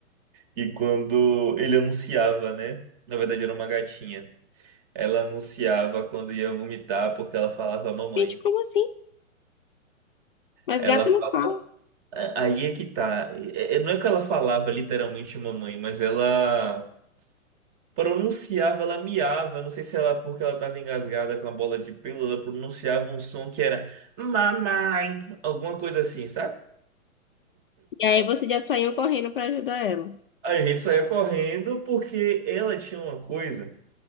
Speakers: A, on the right; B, on the left.
A: e quando ele anunciava, né? Na verdade era uma gatinha. Ela anunciava quando ia vomitar porque ela falava mamãe.
B: Gente, como assim? Mas
A: Ela
B: gato
A: fala...
B: não fala.
A: Aí é que tá. É- é- Não é que ela falava literalmente mamãe, mas ela pronunciava, ela miava. Não sei se ela, porque ela tava engasgada com a bola de pelo, ela pronunciava um som que era mamãe, alguma coisa assim, sabe?
B: E aí você já saiu correndo pra ajudar ela.
A: Aí A gente saía correndo porque ela tinha uma coisa.